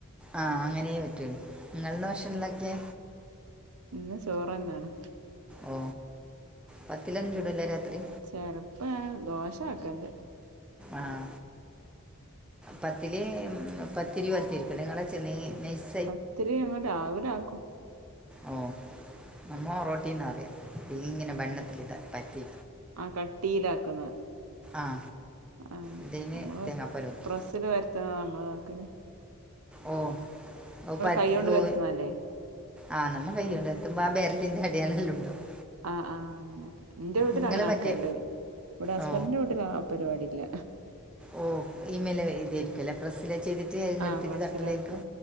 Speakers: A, in the centre; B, on the right.
A: ആഹ് അങ്ങനെയേ പറ്റൂ നിങ്ങൾന്ത ഭക്ഷന്തൊക്കെ
B: ഇന്ന് ചോറന്നാണ്.
A: ഓ പത്തിലൊന്ന ചൂടല്ലേ രാത്രി
B: ചെറപ്പ ഞാൻ ദോശ ആക്കാറുണ്ട്.
A: ആഹ പത്തില് പത്തിരിക്ക പോലെ നിങ്ങളെ ചെന്ന് നൈസ്
B: പത്തിരി അങ്ങ് രാവിലെ ആക്കും
A: ഓ നമ്മോ റോട്ടീന്ന് പറയ. ഇ ഇങ്ങനെ ബണ്ണത്തിൽ ഇതാ പത്തി
B: ആ കട്ടിയിലാക്കുന്ന
A: ആ
B: ആ
A: ഇതിന്
B: നമ്മള്
A: തേങ്ങാപ്പാൽ നോക്കി
B: പ്രസ്സ് വരുത്തുന്ന നമ്മള്താക്കല്
A: ഓ ഓ പ
B: കൈകൊണ്ട്
A: ഓ
B: വരുത്തുന്നതല്ലേ
A: ആ നമ്മ കൈയ് കൊണ്ടടിത്തുമ്പോ ആ ബെരലിന്റെ അടിയാളങ്ങൾ എല്ലാം ഉണ്ടാവും.
B: ആ ആ അങ്ങനെ എന്റെ വീട്ടിൽ
A: നിങ്ങൾ
B: അങ്ങനെ ആക്കണ്ട്.
A: മറ്റേ
B: ഇവിടെ ഹസ്ബൻഡിന്റെ
A: ഓ
B: വീട്ടിൽ ആ പരിപാടിയില്ല.
A: ഓ ഇമെയിൽ ഇതരിക്കുവല്ലേ പ്രസ്സില് ചെയ്തിട്ട് പത്തി
B: ആഹ്
A: എടുത്തിട്ട്
B: പ്രസ്സിലാക്ക
A: തട്ടിലേക്കും